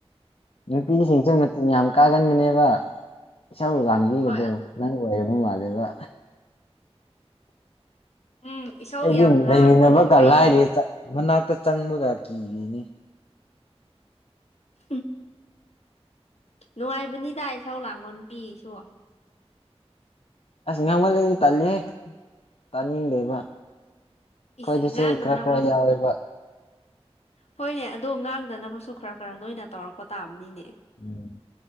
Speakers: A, on the left; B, on the left.
A: ꯅꯨꯄꯤꯁꯤꯡꯁꯨ ꯃꯁꯤꯡꯆ ꯌꯥꯝ ꯀꯥꯒꯟꯕꯅꯦꯕ ꯏꯁꯝ ꯂꯥꯡꯕꯤꯒꯗꯣ
B: ꯍꯣꯏ ꯑꯗꯨ
A: ꯅꯪ ꯑꯣꯏꯔꯕ ꯃꯥꯜꯂꯦꯕ
B: ꯎꯝ ꯏꯁꯧ
A: ꯑꯩꯗꯤ
B: ꯌꯥꯝ ꯂꯥꯡꯕꯗꯣ
A: ꯂꯩꯃꯤꯟꯅꯕꯒ
B: ꯑꯩ
A: ꯂꯥꯏꯔꯦ ꯃꯅꯥꯛꯇ ꯆꯪꯕꯒ ꯀꯤꯔꯤꯅꯤ
B: ꯎꯝ ꯅꯨꯡꯉꯥꯏꯕꯅꯤꯗꯥꯏ ꯏꯆꯥꯎ ꯂꯥꯡꯕ ꯅꯨꯄꯤꯁꯨ
A: ꯑꯁ ꯉꯥꯡꯍꯜꯂꯗꯤ ꯇꯜꯜꯂꯤꯦ ꯇꯥꯅꯤꯡꯗꯦꯕ ꯑꯩꯈꯣꯏꯗꯁꯨ
B: ꯏꯁ ꯉꯥꯡꯗꯅꯕ
A: ꯈꯔ ꯈꯔ ꯌꯥꯎꯋꯦꯕ
B: ꯍꯣꯏꯅꯦ ꯑꯗꯣ ꯉꯥꯡꯗꯅꯕꯁꯨ ꯈꯔ ꯈꯔ ꯅꯣꯏꯅ ꯇꯧꯔꯛꯄ ꯇꯥꯕꯅꯤꯅꯦ
A: ꯎꯝ